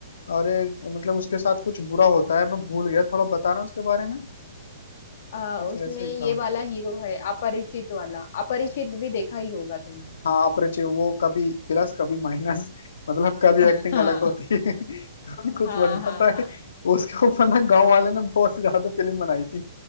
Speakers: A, on the left; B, on the left.
A: अरे मतलब उसके साथ कुछ बुरा होता है मैं भूल गया थोड़ा बताना उसके बारे में
B: आ,
A: कुछ
B: उसमें
A: ऐसे ही
B: ये
A: था
B: वाला हीरो है अपरिचित वाला अपरिचित भी देखा ही होगा तुमने
A: हाँ अपरिचय वो कभी प्लस कभी माइनस मतलब कभी
B: हाँ
A: एक्टिंग अलग होती है <laughs> कभी कुछ
B: हाँ
A: बन जाता
B: हाँ हाँ
A: है उसके ऊपर ना गांव वाले ने बहुत ज्यादा फिल्म बनाई थी